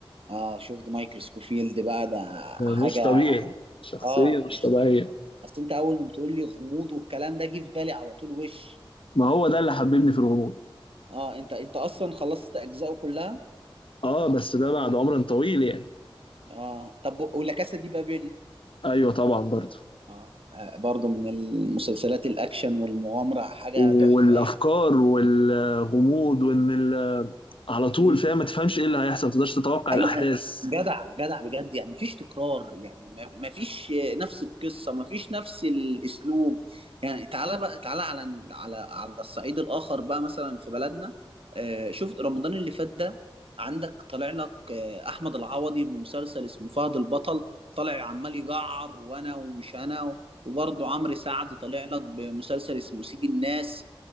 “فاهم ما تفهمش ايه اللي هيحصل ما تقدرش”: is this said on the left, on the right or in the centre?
Left